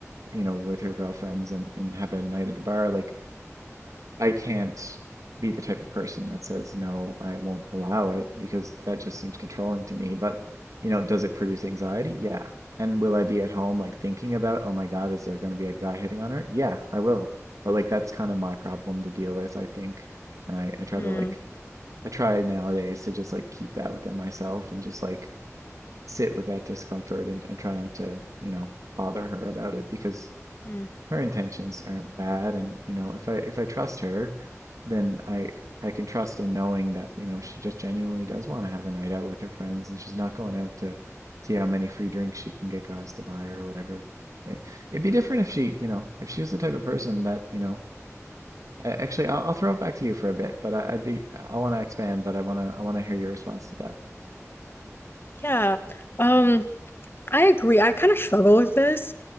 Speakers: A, on the right; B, on the left.
A: you know, with her girlfriends and, and have a night at the bar, like I can't be the type of person that says, no, I won't allow it because that just seems controlling to me. But, you know, does it produce anxiety? Yeah. And will I be at home like thinking about, oh my God, is there going to be a guy hitting on her? Yeah, I will. But like that's kind of my problem to deal with, I think. And I, I try
B: mm,
A: to like, I try nowadays to just like keep that within myself and just like sit with that discomfort and, and try not to, you know, bother her about it because
B: mm.
A: her intentions aren't bad and you know if I if I trust her then I I can trust in knowing that you know she just genuinely does want to have a night out with her friends and she's not going out to see how many free drinks she can get guys to buy or whatever. It, it'd be different if she you know if she was the type of person that you know a- actually I'll, I'll throw it back to you for a bit but I, I'd be I want to expand but I want to I want to hear your response to that.
B: Yeah. Um, I agree. I kind of struggle with this